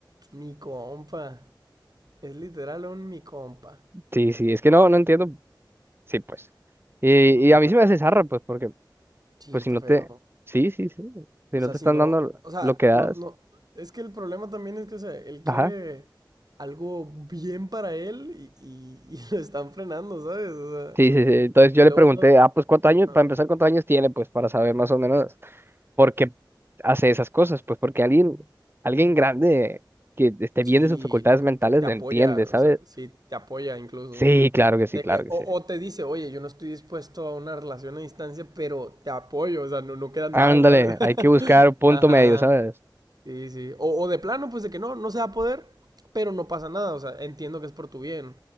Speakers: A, on the right; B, on the right.
A: mi compa. Es literal un mi compa.
B: Sí, sí, es que no, no entiendo. Sí, pues. Y,
A: Em,
B: y a mí
A: Ya.
B: sí me hace zarra, pues, porque,
A: Sí,
B: pues,
A: está
B: si no
A: feo.
B: te, sí, sí, sí, si
A: O
B: no
A: sea,
B: te
A: si
B: están
A: no.
B: dando lo
A: O sea,
B: lo que das,
A: no, no. Es que el problema también es que, o sea, él quiere
B: ajá.
A: algo bien para él y, y- y <laughs> lo están frenando, ¿sabes? O sea,
B: Sí, sí, sí. Entonces yo
A: luego
B: le pregunté,
A: no.
B: ah, pues, ¿cuántos
A: no.
B: años? Para empezar, ¿cuántos años tiene? Pues, para saber más o menos ¿Por qué hace esas cosas? Pues porque alguien, alguien grande que esté
A: Sí,
B: bien de sus facultades
A: no,
B: mentales
A: te, te
B: lo
A: apoya,
B: entiende, ¿sabes?
A: o sea, sí, te apoya incluso.
B: Sí, claro que sí,
A: De
B: claro
A: que,
B: que
A: o,
B: sí.
A: o te dice, oye, yo no estoy dispuesto a una relación a distancia, pero te apoyo, o sea, no, no quedan
B: Ándale,
A: mal, ¿sabes? <laughs>
B: hay que buscar un punto
A: Ajá,
B: medio, ¿sabes?
A: sí, sí. O, o de plano, pues de que no, no se va a poder, pero no pasa nada, o sea, entiendo que es por tu bien,